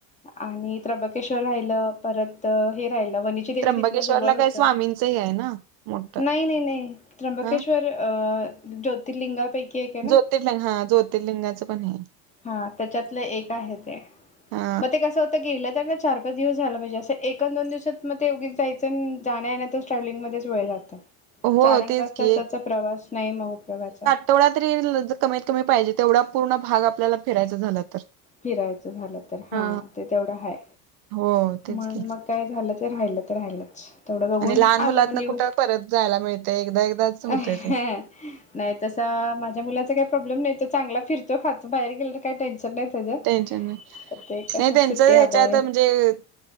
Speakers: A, on the left; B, on the right.
A: आणि त्र्यंबकेश्वर राहिलं. परत हे राहिलं वणी - -ची देवी
B: त्र्यंबकेश्वरला
A: तिथन जवळ होत.
B: काय स्वामींच हे आहे ना मोठं
A: नाही नाही नाही त्र्यंबकेश्वर
B: हा
A: अ- ज्योतिर्लिंगापैकी एक- आहे ना
B: ज्योतिर्लिंग हा ज्योतिर्लिंगाचं पण हे.
A: हां. त्याच्यातल एक आहे ते.
B: हा
A: मग ते कसं होतं? गेलं त अग चार पाच दिवस झाल पाहिजे. असं एक न दोन दिवसात मग ते उगी- जायचन जाण्या येण्यातच ट्रॅवलिंग मध्येच वेळ जातो.
B: हो
A: चार न
B: तेच
A: पाच
B: की
A: तासाचा प्रवास नाही मग उपयोगाचा.
B: तेवढा तरी कमीत कमी पाहिजे. तेवढा पूर्ण भाग आपल्याला फिरायचा झाला- तर
A: फिरायचं झालं तर. हां.
B: हा
A: ते तेवढं हाय.
B: हो तेच
A: म्हणून
B: की
A: मग- काही झालं त राहिल तर राहिलंच. तेवढ बघून
B: आणि लहान मुलातन
A: आलो म न्यू
B: कुठं परत जायला मिळतय एकदा एकदाच होतय
A: - नाही
B: ते
A: तसा माझ्या मुलाचा काही प्रॉब्लेम नाही. तो चांगला फिरतो खातो बाहेर गेल त काही टेन्शन नाही- त्याचं
B: टेन्शन नाही.
A: तर ते कसं
B: नाही त्यांच
A: सुट्टी
B: हेच्यात
A: अभाव आहे
B: म्हणजे-